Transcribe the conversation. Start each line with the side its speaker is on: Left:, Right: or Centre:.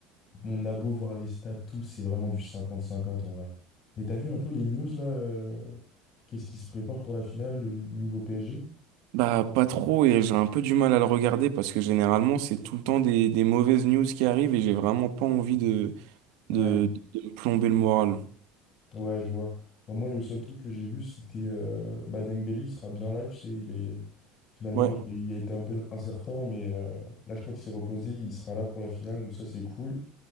Left: mon a beau voir les stats tout, c'est vraiment du cinquante cinquante en vrai. Mais t'as vu un peu les news là euh, qu'est-ce qui se prépare pour la finale au niveau PSG?
Right: Bah, pas trop, et j'ai un peu du mal à le regarder parce que généralement, c'est tout le temps des, des mauvaises news qui arrivent et j'ai vraiment pas envie de, de,
Left: Ouais.
Right: de me plomber le moral.
Left: Ouais, je vois. Enfin, moi, le seul truc que j'ai vu, c'était euh, bah, Dembélé, il sera bien là, tu sais, il est... Finalement,
Right: Ouais.
Left: il, il a été un peu incertain, mais euh, là, je crois qu'il s'est reposé, il sera là pour la finale, donc ça, c'est cool.